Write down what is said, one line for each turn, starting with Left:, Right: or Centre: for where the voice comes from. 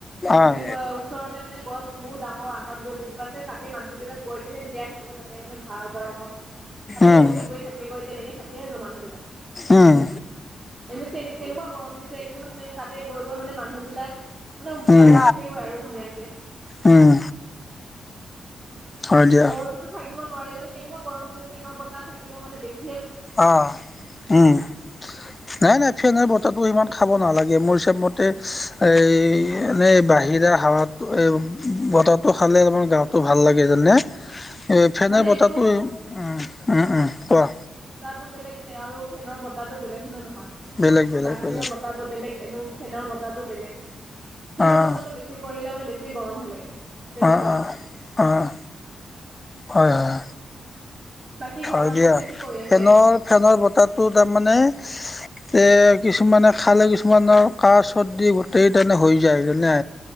Right: কি
Left: আহ
Right: বুলি কয় ওচৰতে মানে গছ বহুত ডাঙৰ আহঁত গছ যিজোপা আছে তাতে মানুহ বিলাক গৈ পিনে জিৰাই থাকিব। তাতে মানে ভাল গৰমত তাতে
Left: উম
Right: বহি গৈ থাকি গৈ তেনেকে থাকে আৰু মানুহ।
Left: উম
Right: এনে, তেনে, কেনেকুৱা গৰম দিছে তাতে গৈ, গৈ মানে মানুহ বিলাক মানে
Left: উম,
Right: তাতে থাকেগৈ আৰু ধুনীয়াকে।
Left: উম। হয় দিয়া
Right: ঘৰতোতো থাকিব নোৱাৰি মানে কেনেকুৱা গৰম দি হৈছে ফেনৰ বতাহ থাকিলেও মানে বেছি
Left: অ, উম, নাই, নাই। ফেনৰ বতাহটো সিমান খাব নালাগে। মোৰ হিচাপ মতে এই এনেই বাহিৰা হাৱা এ, বতাহটো খালে অলপমান গাটো ভাল লাগে জনানে। এই ফেনেৰ
Right: মানে
Left: বতাহটো
Right: এইটো
Left: উ, উম, উম, কোৱা?
Right: বাহিৰৰ টো বেলেগ আৰু ফেনৰ বতাহটো বেলেগ হয়নে নহয়
Left: বেলেগ বেলেগ
Right: বাহিৰৰ,
Left: বেলেগ
Right: বতাহটো বেলেগ এনেও ফেনৰ বতাহটো বেলেগ ফেনৰ
Left: অ',
Right: বতাহটো বেছি কৰিলে মানে বেছি গৰমহে লাগে। তেনেকুৱা।
Left: অহ, অহ, অহ, হয়, হয়।
Right: বাকী ঘৰৰ
Left: হয়
Right: মানুহ
Left: দিয়া
Right: বিলাক কি কৰি আছে?
Left: ফেনৰ, ফেনৰ বতাহটো তাৰমানে এ, কিছুমানে খালে, কিছুমান কিছুমানৰ কাহ চৰ্দি গোটেই তানে হৈ যায় যেনে